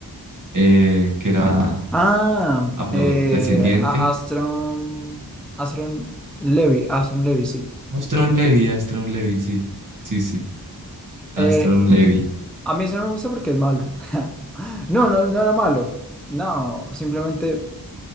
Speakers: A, on the right (about 50°); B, in the centre.
A: eh, que era
B: Ah,
A: afrodescendiente.
B: eh, a- Astron, Astron Levy, Astron Levy, sí.
A: Astron Levy, Astron Levy, sí, sí, sí. Astron
B: Eh,
A: Levy.
B: a mí ese no me gusta porque es malo. <laughs> No, no, no era malo. No, simplemente